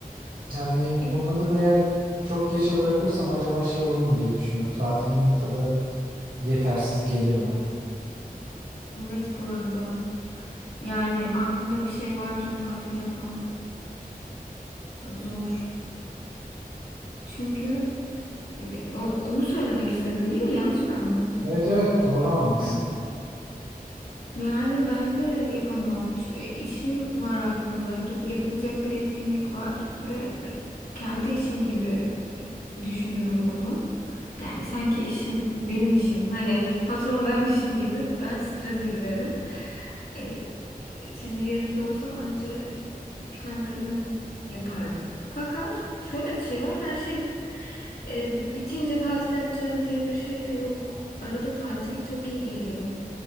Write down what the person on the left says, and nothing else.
Evet
Evet, bu arada. Yani aklında bir şey varken tatil yapman zor. Çünkü e, o- onu söylemek istedin değil mi? Yanlış mı anladım?
Hı. Yani ben de yapamam. Çünkü işim var aklımda. Git- Yapılacak bir etkinlik var ve kendi işim gibi düşünürüm bunu. Yani sanki işim benim işim. Hani patron benmişim gibi ben strese girerim. Ee, senin yerinde olsam önce planlarımı yapardım. Fakat şöyle bir şey var. Her şey e, bitince tatil yapacağız diye bir şey de yok. Arada tatil çok iyi geliyor.